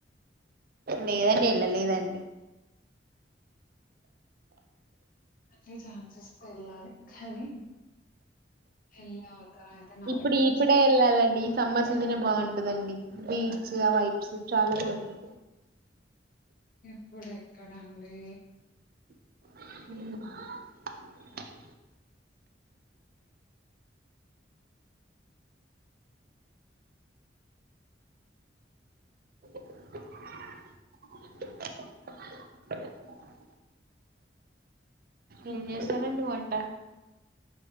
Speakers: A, on the right; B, on the left.
A: లేదండి ఎల్లలేదండి
B: మళ్లీ ఛాన్సొస్తే ఎళ్లాలి. అది వెళ్లాకైతే నా
A: ఇప్పుడు
B: దగ్గరసలు
A: ఇప్పుడే వెళ్ళాలండి ఈ సమ్మర్ సీజనే బావుంటదండి బీచ్ ఆ వైబ్స్ చాలా బావుంటది
B: ఇప్పుడు ఎక్కడండి
A: ఊ <inaudible> ఏం చేస్తారంండి వంట